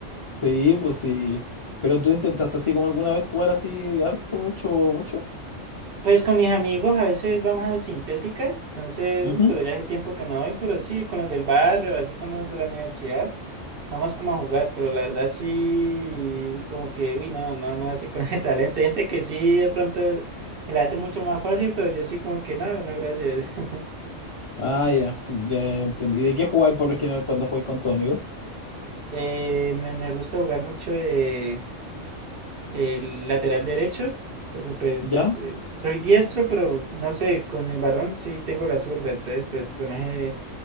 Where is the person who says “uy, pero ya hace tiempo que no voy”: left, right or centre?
Right